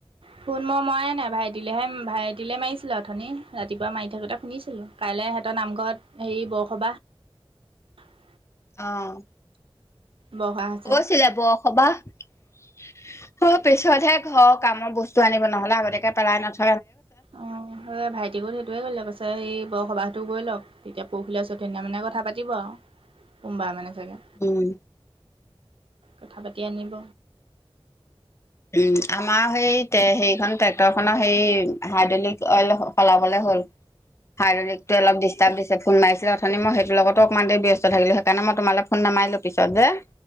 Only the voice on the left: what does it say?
অ'।
কৈছিলে বৰসবাহ, অ', পিছতহে ঘৰৰ কামৰ বস্তু আনিব ন'হলে আগতিয়াকে পেলাই ন'থব
উম
এই আমাৰ সেই তে সেইখন ট্ৰেক্টৰখনৰ সেই হাইড্ৰলিক অইল সলাবলে হ'ল। হাইড্ৰলিকটোয়ে অলপ ডিষ্টাব দিছে। পিছে ফোন মাৰিছিলে অথনি মই‌ সেইতোৰ লগতো অকণমান দেৰি ব্যস্ত থাকিলো সেইকাৰণেই তোমালে ফোন নামাৰিলো পিছত যে।